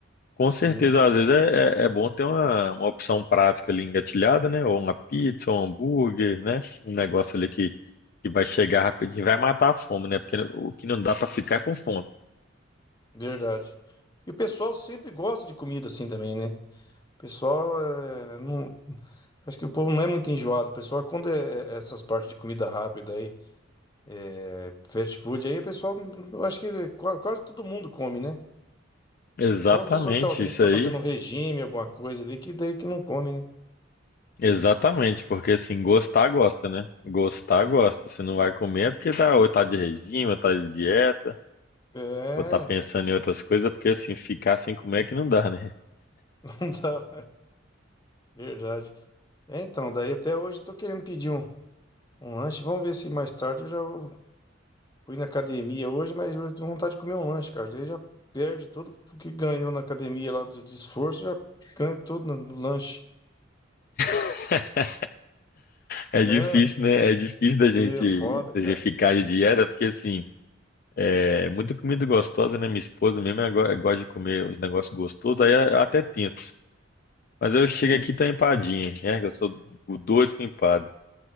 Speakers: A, on the left (about 45°); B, on the left (about 20°).
A: com
B: Sim,
A: certeza, às vezes é, é, é bom ter uma, uma opção prática ali engatilhada, né? Ou uma pizza, ou um hambúrguer, né? Um negócio ali que que vai chegar rapidinho, vai matar a fome, né? Porque o que não dá pra ficar é com fome.
B: verdade. E o pessoal sempre gosta de comida assim também, né? O pessoal é, não, acho que o povo não é muito enjoado. O pessoal, quando é é é essas partes de comida rápida aí, é fast food, aí o pessoal, eu acho que qua- quase todo mundo come, né?
A: Exatamente,
B: Só umas pessoas que talvez
A: isso
B: está
A: aí.
B: fazendo um regime, alguma coisa ali, que daí que não come, né?
A: Exatamente, porque assim, gostar gosta, né? Gostar gosta. Se não vai comer é porque tá, ou tá de regime, ou tá de dieta,
B: É.
A: ou tá pensando em outras coisas, porque assim, ficar sem comer é que não dá, né?
B: <laughs> Tá, Verdade. É, então, daí até hoje eu tô querendo pedir um, um lanche. Vamos ver se mais tarde eu já vou- fui na academia hoje, mas eu tenho vontade de comer um lanche, cara. Daí já perde tudo o que ganhou na academia lá do, de esforço, já ganha tudo no, no lanche.
A: <laughs> É
B: É,
A: difícil, né? É difícil da gente,
B: é foda,
A: da
B: cara.
A: gente ficar de dieta, porque assim, é muita comida gostosa, né? Minha esposa mesmo ela go- gosta de comer os negócios gostosos, aí eu até tento. Mas eu chego
B: Sim.
A: aqui e tá empadinha, né? Que eu sou o doido com empada.